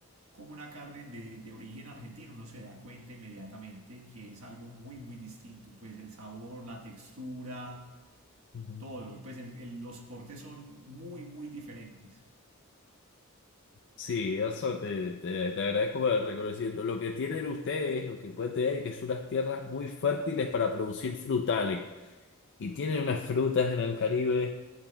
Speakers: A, on the right; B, on the left.
A: come una carne de, de origen argentino, uno se da cuenta inmediatamente que es algo muy, muy distinto. Pues el sabor, la textura,
B: Ujú.
A: todo. Pues el- el- los cortes son muy, muy diferentes.
B: Sí, eso te, te, te agradezco por el reconocimiento. Lo que tienen ustedes, lo que pueden tener, que son unas tierras muy fértiles para producir frutales. Y tienen unas frutas en el Caribe.